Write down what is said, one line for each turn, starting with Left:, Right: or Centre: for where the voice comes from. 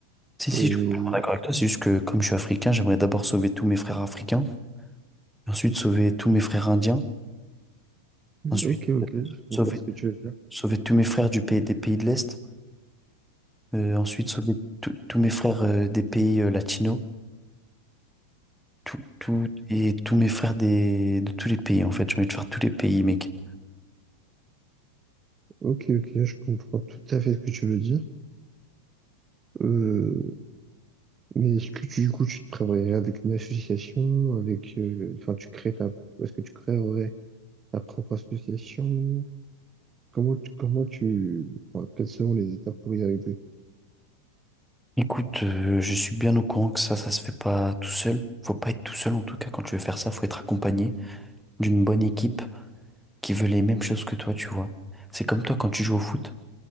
Centre: Si, si,
Right: Et...
Centre: je suis complètement d'accord avec toi. C'est juste que comme je suis africain, j'aimerais d'abord sauver tous mes frères africains. Ensuite, sauver tous mes frères indiens. Ensuite,
Right: Ok, ok,
Centre: euh,
Right: je
Centre: sauver,
Right: comprends ce que tu veux dire.
Centre: sauver tous mes frères du pays, des pays de l'Est. Euh, ensuite, sauver tous tous mes frères euh, des pays euh, latinos. Tout, tout, et tous mes frères des, de tous les pays, en fait. J'ai envie de faire tous les pays, mec.
Right: Ok, ok, je comprends tout à fait ce que tu veux dire. Euh, mais est-ce que tu, du coup, tu te prévoyais avec une association, avec, euh, enfin, tu crées ta, est-ce que tu créerais ta propre association? Comment tu, comment tu, enfin, quelles seront les étapes pour y arriver?
Centre: Écoute, euh, je suis bien au courant que ça, ça se fait pas tout seul. Faut pas être tout seul, en tout cas, quand tu veux faire ça, faut être accompagné d'une bonne équipe qui veut les mêmes choses que toi, tu vois. C'est comme toi quand tu joues au foot.